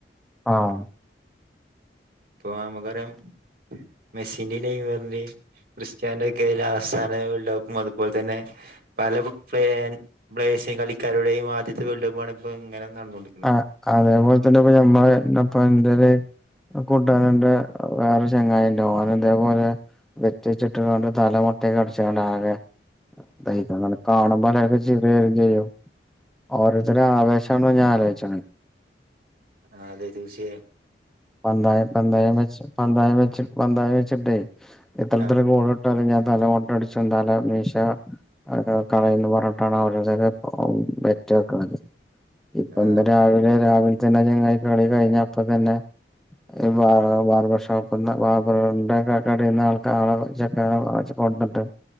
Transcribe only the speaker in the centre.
ആഹ്
ആഹ് അതേപോലെ തന്നെ ഇപ്പ ഞമ്മളെ ഇപ്പ എന്റെര് കൂട്ടാരന്റെ വേറെ ചെങ്ങായിണ്ട് ഓന് ഇതേപോലെ ബെറ്റടിച്ചിട്ട്ങ്ങാണ്ട് തലമുട്ടെക്കടിച്ചങ്ങണ്ട് ആകെ ഇതായേക്കണ് അവനെ കാണുമ്പോലക്കെ ചിറിവരും ചെയ്യും ഓരോത്തര ആവേശോണ്ട് ഞാൻ ആലോചണെ
പന്തായ പന്തായം വെച്ച് പന്തായം വെച്ച് പന്തായം വെച്ചിട്ടേ ഇത്രത്തില്
ഗോളിട്ടാളിഞ്ഞെ പിന്നെ തല മുട്ടടിച്ചും തല മീശ അതൊക്ക കളയന്ന് പറഞ്ഞിട്ടാണ് അവരുതൊക്കെ ബെറ്റ് വെക്കണത് ഇപ്പൊ
ഇന്ന് രാവിലെ രാവിലെ തന്നെ ചങ്ങായി കളി കഴിഞ്ഞ അപ്പ തന്നെ ഈ ബാർ ബാർബർ ഷോപ്പ്ന്ന് ബാർബറിന്റെ ഒക്ക കടെന്ന് ആൾക്ക ആളെ ചെക്കല ച്ച് കൊണ്ട്ന്ന് ട്ട്